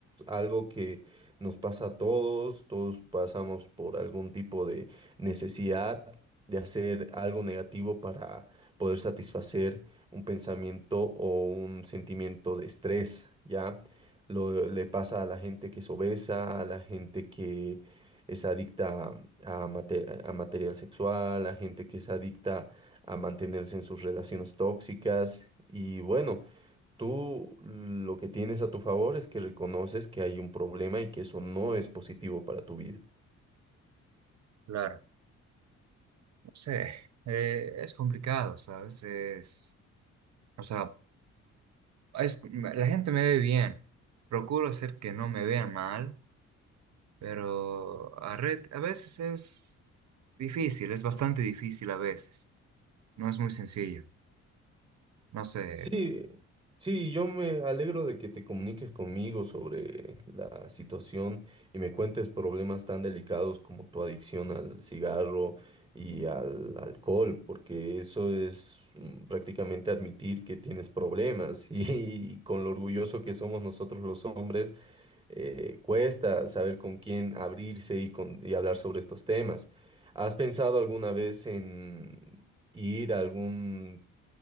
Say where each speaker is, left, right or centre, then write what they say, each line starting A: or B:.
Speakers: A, on the right; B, on the right.
A: algo que nos pasa a todos, todos pasamos por algún tipo de necesidad de hacer algo negativo para poder satisfacer un pensamiento o un sentimiento de estrés, ¿ya? lo- le pasa a la gente que es obesa, a la gente que es adicta a, mate- a material sexual, a gente que es adicta a mantenerse en sus relaciones tóxicas. Y bueno, tú lo que tienes a tu favor es que reconoces que hay un problema y que eso no es positivo para tu vida.
B: Claro. No sé, eh, es complicado, ¿sabes? Es, o sea, es- la gente me ve bien, procuro hacer que no me vean mal, pero a, red, a veces es difícil, es bastante difícil a veces, no es muy sencillo. No sé,
A: Sí, sí, yo me alegro de que te comuniques conmigo sobre la situación y me cuentes problemas tan delicados como tu adicción al cigarro y al alcohol, porque eso es mm, prácticamente admitir que tienes problemas <laughs> y, con lo orgulloso que somos nosotros los hombres eh, cuesta saber con quién abrirse y, con- y hablar sobre estos temas. ¿Has pensado alguna vez en ir a algún